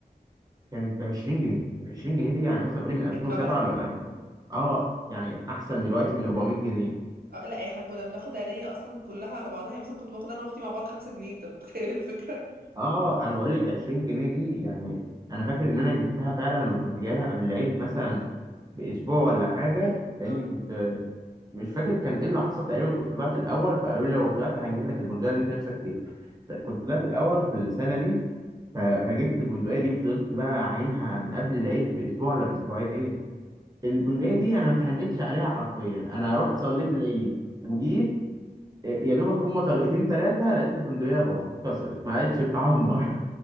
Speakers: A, on the right; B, on the right.
A: كانت ب 20 جنيه ال 20 جنيه دي يعني مثلا قولي من 2007
B: كانت مبلغ
A: ولا من 2000 اه يعني احسن دلوقتي من 400 جنيه
B: أه لا احنا كنا بناخد هديه اصلا كلها على بعضها يعني مثلا كنت باخد انا واختي مع بعض خمسة جنيه انت متخيل الفكره
A: اه انا بقول لك 20 جنيه دي يعني انا فاكر ان انا جبتها فعلا وكنت جايبها قبل العيد مثلا باسبوع ولا حاجة
B: <laughs>
A: لاني
B: اه
A: كنت مش فاكر كان ايه اللي حصل تقريبا كنت طلعت الاول فقالوا لي لو طلعت هنجيب لك البندقيه اللي انت نفسك فيها كنت طلعت الاول في السنه دي ف- فجبت البندقيه دي وفضلت بقى عاينها من قبل العيد باسبوع ولا باسبوعين البندقيه دي انا ما اتهنتش عليها حرفيا انا رحت صليت العيد وجيت إيه، يا دوبك هما طلقتين ثلاثه لقيت البندقيه باظت اتكسرت ما عادش بتعمر